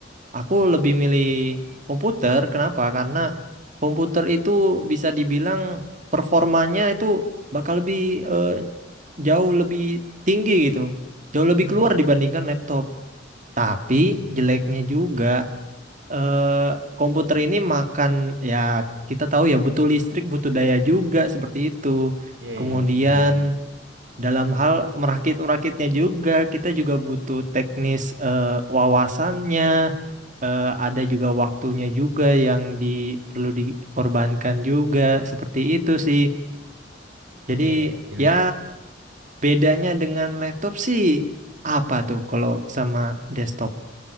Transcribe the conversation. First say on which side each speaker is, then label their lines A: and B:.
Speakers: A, on the right; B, on the right.
A: aku lebih milih komputer. Kenapa? Karena komputer itu bisa dibilang performanya itu bakal lebih eh, jauh lebih tinggi gitu, jauh lebih
B: Hmm.
A: keluar dibandingkan laptop. Tapi
B: Hmm.
A: jeleknya juga eh, komputer ini makan ya kita tahu ya butuh listrik, butuh daya juga seperti itu.
B: Iya
A: Kemudian
B: iya, benar-benar.
A: dalam hal merakit-merakitnya juga kita juga butuh teknis eh, wawasannya, eh, ada juga waktunya juga yang di, perlu dikorbankan juga seperti itu sih. Jadi
B: Jadi ya,
A: ya bedanya dengan laptop sih apa tuh kalau sama desktop